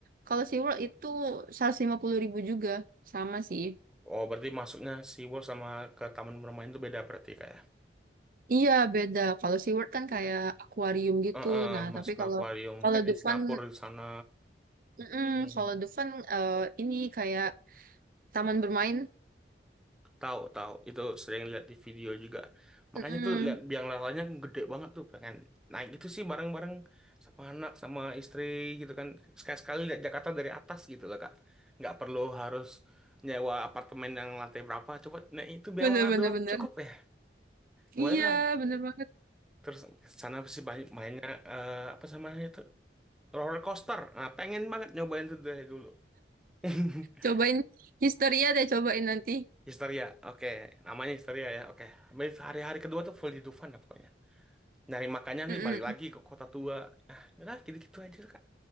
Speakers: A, on the right; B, in the centre.
A: Kalau SeaWorld itu seratus lima puluh ribu juga. Sama sih.
B: Oh, berarti masuknya SeaWorld sama ke taman bermain itu beda berarti kayak.
A: Iya, beda. Kalau SeaWorld kan kayak akuarium gitu.
B: ah ah,
A: Nah,
B: masuk
A: tapi
B: ke
A: kalau
B: akuarium
A: kalau
B: kayak
A: Dufan,
B: di Singapura di sana.
A: mm
B: Hmm.
A: kalau Dufan eh, ini kayak taman bermain.
B: Tahu, tahu. Itu sering lihat di video juga. Makanya
A: Mm-mm.
B: tuh lihat biang lalanya gede banget tuh pengen naik itu sih bareng-bareng sama anak sama istri gitu kan. Sekali-sekali lihat Jakarta dari atas gitu loh, Kak. Nggak perlu harus nyewa apartemen yang lantai berapa. Coba naik itu biang
A: Bener,
B: lala
A: bener,
B: doang
A: bener.
B: cukup ya. Boleh
A: Iya,
B: lah.
A: bener banget.
B: Terus ke sana pasti banyak mainnya eh, apa sama itu roller coaster. Nah, pengen banget nyobain itu dari dulu. <laughs>
A: Cobain Histeria deh, cobain nanti.
B: Histeria, oke, Namanya histeria ya, oke. Habis hari-hari kedua tuh full di Dufan dah pokoknya. nyari makannya
A: Mm-mm.
B: nih balik lagi ke kota tua ah udah gitu-gitu aja kak